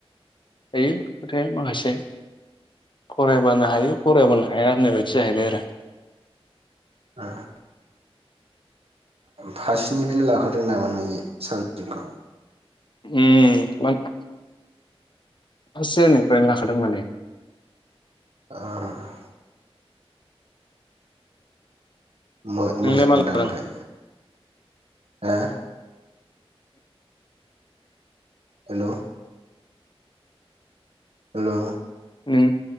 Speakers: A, on the left; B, on the right.
A: दायो खोथाया माखासे फरायबानो हायो फरायबानो हाया होननाय बायदि जाहैबाय आरो
B: <unintelligible> फारसेनिफ्रायनो लाखादों नामा नों सा <unintelligible>
A: उम <unintelligible> फार्स इयारनिफ्रायनो लाखादों माने
B: ओ मोमोजां
A: नोंलाय मा लादों
B: दा ओमफ्राय हो हेल' हेल'
A: नों